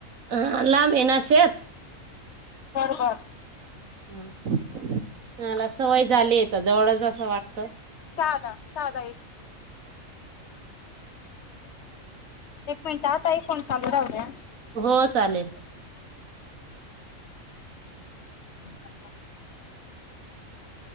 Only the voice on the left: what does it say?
बरोबर
साध शध एक एक मिनिट आ आई फोन चालू राह द्या
हम्